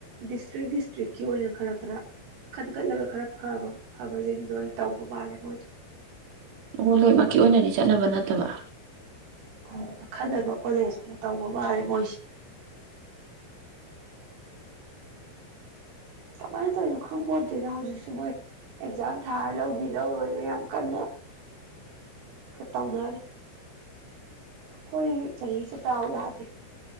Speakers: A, on the right; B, on the right.
A: ꯗꯤꯁꯇ꯭ꯔꯤꯛ ꯗꯤꯁꯇ꯭ꯔꯤꯛꯀꯤ ꯑꯣꯏꯅ ꯈꯔ ꯈꯔ ꯈꯟꯒꯠꯂꯒ ꯈꯔ ꯐꯕ ꯐꯕꯁꯤꯡꯗꯨꯗ ꯑꯣꯏꯅ ꯇꯧꯕ ꯃꯥꯜꯂꯦ ꯃꯣꯏꯗꯣ
B: ꯑꯣ ꯂꯣꯏꯃꯛꯀꯤ ꯑꯣꯏꯅꯗꯤ ꯆꯠꯅꯕ ꯅꯠꯇꯕ
A: ꯑꯣ ꯑꯈꯟꯅꯕ ꯀꯣꯂꯦꯖ ꯑꯣꯏꯅ ꯇꯧꯕ ꯃꯥꯜꯂꯦ ꯃꯣꯏꯁꯦ ꯀꯃꯥꯏꯅ ꯇꯧꯔꯤꯅꯣ ꯈꯪꯄ‌ꯣꯠꯇꯦꯗ ꯍꯧꯖꯤꯛꯁꯨ ꯃꯣꯏ ꯑꯦꯛꯖꯥꯝ ꯊꯥꯔ ꯂꯧꯅꯤ ꯂꯧꯔ‌ꯣꯏ ꯌꯥꯝ ꯀꯟꯅ ꯀ ꯇꯧꯅꯔꯤ ꯑꯩꯈꯣꯏ ꯆꯍꯤꯁꯦ ꯗꯥꯎ ꯌꯥꯗꯦ